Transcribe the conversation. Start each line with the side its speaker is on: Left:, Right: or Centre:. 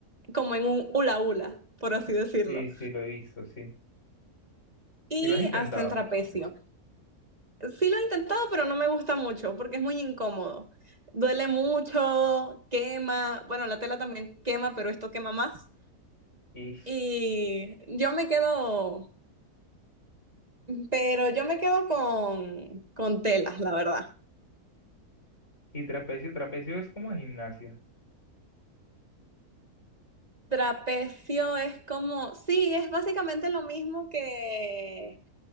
Right: como en un hula hula, por así decirlo.
Left: Sí, sí, lo he visto, sí.
Right: Y
Left: ¿Y lo has intentado?
Right: hacen trapecio. Sí lo he intentado, pero no me gusta mucho porque es muy incómodo. Duele mucho, quema. Bueno, la tela también quema, pero esto quema más.
Left: Y,
Right: Y yo me quedo, pero yo me quedo con, con telas, la verdad.
Left: y trapecio, trapecio es como gimnasia.
Right: Trapecio es como, sí, es básicamente lo mismo que,